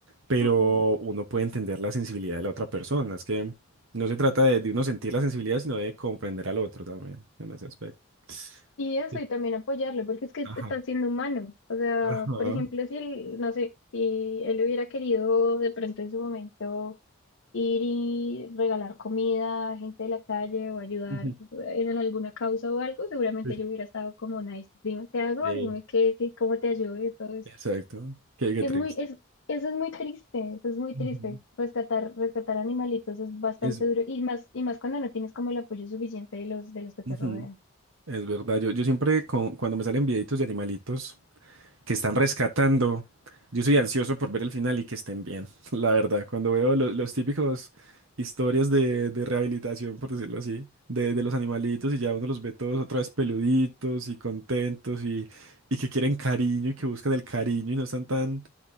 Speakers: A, on the right (about 75°); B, on the left (about 75°).
A: pero
B: Ujú.
A: uno puede entender la sensibilidad de la otra persona. Es que no se trata de, de uno sentir la sensibilidad, sino de comprender al otro también en ese aspecto.
B: Y eso,
A: Sí.
B: y también apoyarlo, porque es que
A: Ajá.
B: está siendo humano. O sea,
A: Ajá.
B: por ejemplo, si él, no sé, si él hubiera querido de pronto en su momento. ir y regalar comida a gente de la calle o ayudar
A: Ujú.
B: en alguna causa o algo, seguramente
A: Sí.
B: yo hubiera estado como nice, dime qué hago,
A: Eh,
B: dime qué, qué- cómo te ayudo y todo eso.
A: Exacto. Qué, qué
B: Y
A: triste.
B: es muy, es, eso es muy triste, eso es muy
A: Ujú.
B: triste. Rescatar, rescatar animalitos es bastante
A: Es,
B: duro y más, y más cuando no tienes como el apoyo suficiente de los, de los que te
A: ujú,
B: rodean.
A: Es verdad. Yo, yo siempre, con- cuando me salen videitos de animalitos, que están rescatando. Yo soy ansioso por ver el final y que estén bien, <laughs> la verdad. Cuando veo lo- los típicos historias de, de rehabilitación, por decirlo así, de, de los animalitos y ya uno los ve todos otra vez peluditos y contentos y, y que quieren cariño y que buscan el cariño y no están tan